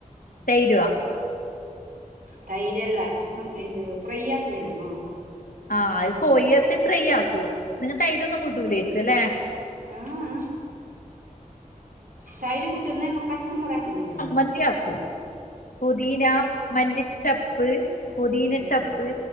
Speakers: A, on the left; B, on the right.
A: തൈരുവാ
B: തൈര്ല്ല ചിക്കൻ ഇത് ഫ്രൈ ആക്കുന്നല്ലമ്മോ
A: ആഹ് അത് കോഴി ഇറച്ചി ഫ്രൈ ആക്കൂ നിങ്ങത്തെ തൈര് ഒന്നും കൂട്ടൂലായിരിക്കും അല്ലെ
B: ആഹ് തൈര് കുട്ടുന്നമ്മ കച്ചമറ ആക്കുന്നില്ലേ
A: ന്ത്യാകും പൊതിന മല്ലിച്ച ചപ്പ് പുതിീന
B: ഉം
A: ചപ്പ്